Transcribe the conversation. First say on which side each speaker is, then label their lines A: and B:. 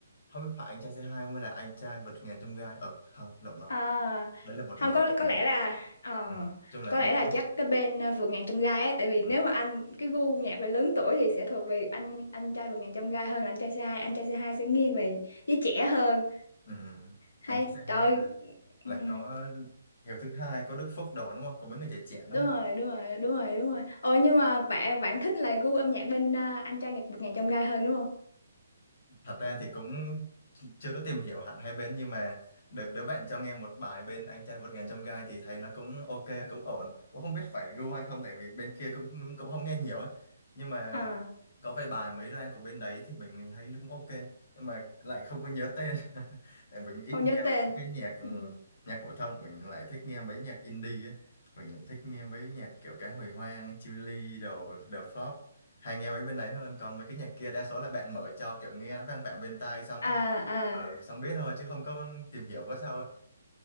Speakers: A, on the left; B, on the left.
A: Không biết phải anh trai Say Hi không hay là anh trai vượt ngàn chông gai. Ờ không, lộn rồi.
B: À,
A: Đấy là vượt
B: không
A: ngàn
B: có
A: chông
B: có lẽ
A: gai.
B: là ờ,
A: Ừ. Chung là
B: có
A: trong
B: lẽ là
A: số
B: chắc
A: một.
B: cái bên ờ, vượt ngàn trong gai ấy tại vì
A: Ừ.
B: nếu mà anh cái gu nhạc về lớn tuổi thì sẽ thuộc về anh anh trai vượt ngàn trong gai hơn là anh trai c hai anh trai c hai sẽ nghiêng về giới trẻ hơn
A: Ừ. ừ.
B: hay
A: Anh trai
B: trời
A: Say Hi là
B: ừm,
A: có Hiếu thứ hai có Đức Phúc đồ đúng không? Có mấy người trẻ trẻ đúng
B: đúng
A: không?
B: rồi đúng rồi đúng rồi đúng rồi ồ nhưng mà bạn bạn thích là gu âm nhạc bên ờ, anh trai nhạc vượt ngàn trong gai hơn đúng không
A: Thật ra thì cũng chưa có tìm hiểu hẳn hai bên nhưng mà được đứa bạn cho nghe một bài bên anh trai vượt ngàn chông gai thì thấy nó cũng ok cũng ổn cũng không biết phải gu hay không tại vì bên kia cũng cũng không nghe nhiều á nhưng mà
B: à
A: có vài bài mới ra của bên đấy thì mình thấy nó cũng ok nhưng mà lại không có nhớ tên <laughs> tại mình ít
B: không
A: nghe
B: nhớ tên
A: cái nhạc
B: Ừ.
A: nhạc phổ thông mình lại thích nghe mấy nhạc indie ấy. mình lại thích nghe mấy nhạc kiểu cái hồi hoang Chillies đồ The Flop hay nghe mấy bên đấy hơn còn mấy cái nhạc kia đa số là bạn mở cho kiểu nghe nó vang vẳng bên tai xong
B: à à
A: ờ, xong biết thôi chứ không có tìm hiểu có sao ấy